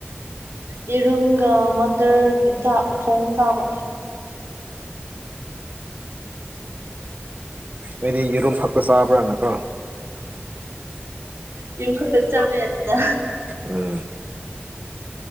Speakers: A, on the right; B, on the right.
A: ꯌꯦꯔꯨꯝꯒ ꯃꯇꯔ ꯆꯥꯛ ꯊꯣꯡꯉ ꯆꯥꯕ
B: ꯑꯩꯗꯤ ꯌꯦꯔꯨꯝ ꯈꯛꯇ ꯆꯥꯕ꯭ꯔꯥꯅꯀꯣ
A: ꯌꯦꯔꯨꯝ ꯈꯛꯇ ꯆꯥꯕ ꯌꯥꯗꯦꯗ
B: ꯎꯝ